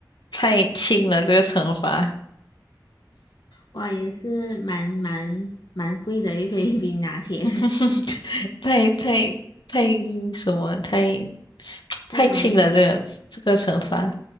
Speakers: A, on the left; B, on the left.
A: 太轻了这个惩罚，
B: 哇，也是蛮蛮蛮贵的一杯 <laughs> 冰拿铁，
A: <laughs> 太太太什么，太
B: <laughs>
A: 太轻了这个这个惩罚，
B: 太容易了。